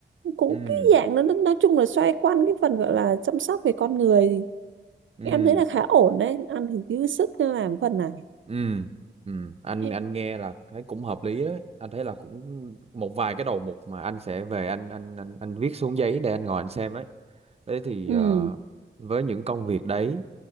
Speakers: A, on the right (about 85°); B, on the right (about 30°).
A: cũng
B: ừ
A: cái dạng nó nó- nói chung là xoay quanh cái phần gọi là chăm sóc về con người
B: ừ
A: em thấy là khá ổn đấy ăn thì dư sức nên làm phần này
B: ừ ừ anh
A: ừ
B: anh nghe là thấy cũng hợp lý đấy anh thấy là cũng một vài cái đầu mục mà anh sẽ về anh anh anh anh viết xuống giấy để anh ngồi anh xem ấy thế thì
A: ừ
B: ờ, với những công việc đấy